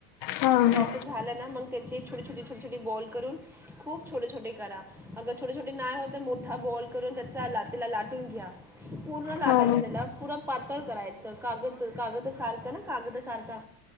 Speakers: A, on the left; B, in the centre.
A: हा हा
B: सॉफ्ट झालं ना मग त्यांचे छोट छोट छोटे छोट बॉल करून खूप छो छोटे छोटे करा अगर छोटे छोटे नाही होत आहे मोठा बॉल करून त्याचा. त्याला लाटून घ्या पूर्ण लाटायचं
A: हा हा
B: त्याला पूरा पातळ करायचं कागद कागद सारखं ना कागद सारखा